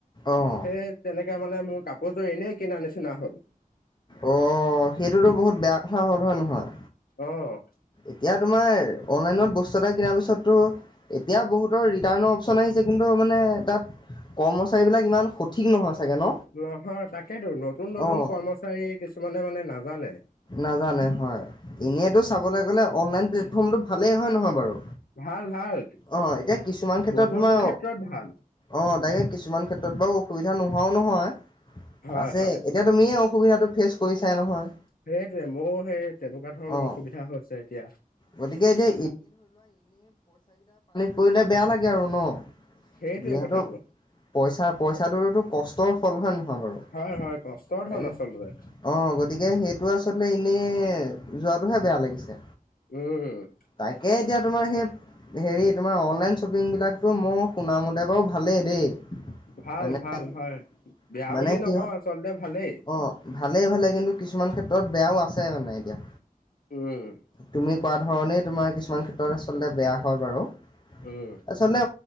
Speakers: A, on the left; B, on the left.
A: অঁ
B: সেই তেনেকে মানে মোৰ কাপোৰজোৰ এনেই কিনা নিচিনা হ'ল।
A: অ, সেইটোতো বহুত বেয়া কথা হ'ল হয় নহয়।
B: অ',
A: এতিয়া তোমাৰ অনলাইনত বস্তু এটা কিনাৰ পিছততো এতিয়া বহুত ৰিটাৰ্ণ অপচন আহিছে কিন্তু মানে তাত কৰ্মচাৰী বিলাক ইমান সঠিক নহয়। চাগে ন?
B: নহয় তাকেতো নতুন - নতুন
A: অ',
B: কৰ্মচাৰী কিছুমানে মানে নাজানে।
A: নাজানে হয় ইনটো চাবলৈ গলে অনলাইন প্লেটফৰ্মতটো ভালেই হয় নহয় বাৰু।
B: ভাল ভাল
A: অ, এতিয়া কিছুমান ক্ষেত্ৰত
B: বহুতো
A: তোমাৰ
B: ক্ষেত্ৰত ভাল
A: অ, তাকে কিছুমান ক্ষেত্ৰত বাৰু অসুবিধা নহয়। নোহোৱাও নহয়
B: হয়
A: আছে
B: হয়।
A: এতিয়া তুমিয়ে অসুবিধাটো ফেচ কৰিছাই নহয়।
B: সেইটোৱে মোৰ সেই তেনেকুৱা ধৰণৰ
A: অ'।
B: অসুবিধা হৈছে এতিয়া।
A: গতিকে এতিয়া কৰিলে বেয়া লাগে আৰু ন।
B: সেইটোৱে
A: যিহেতু
B: কথাটো।
A: পইচা পইচাটোততো কষ্টৰ ফল হয় নহয় বাৰু।
B: হয়
A: তাকে
B: হয় কষ্টৰ ধন
A: অ,
B: আচলতে
A: গতিকে সেইটো আচলতে ইনে যোৱাটোহে বেয়া লাগিছে।
B: উম,
A: তাকে এতিয়া তোমাৰ সেই হেৰি তোমাৰ অনলাইন শ্বপিং বিলাকতো মোৰ শুনা মতে এতিয়া বাৰু ভালেই দেই,
B: ভাল
A: মানে
B: ভাল হয়। বেয়া
A: মানে
B: বুলি
A: কি
B: নকওঁ
A: হয়
B: আচলতে ভালেই
A: অ ভালেই ভালে কিন্তু কিছুমান ক্ষেত্ৰত বেয়াও আছে মানে এতিয়া।
B: উম।
A: তুমি কোৱা ধৰণেই তোমাৰ কিছুমান ক্ষেত্ৰত আচলতে বেয়া হয় বাৰু
B: উম
A: আচলতে।